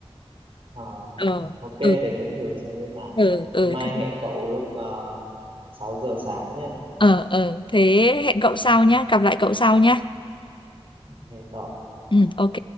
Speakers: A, on the right (about 60°); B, on the left (about 50°).
A: Ờ,
B: ờ
A: ok để
B: ừ
A: tớ thử xem thế nào
B: ừ ừ
A: thế mai
B: thế-
A: hẹn cậu lúc uh, 6 giờ sáng nhá
B: ờ ờ thế hẹn cậu sau
A: ừ.
B: nhá gặp lại cậu sau nhá
A: ok cậu
B: Ừ, ok.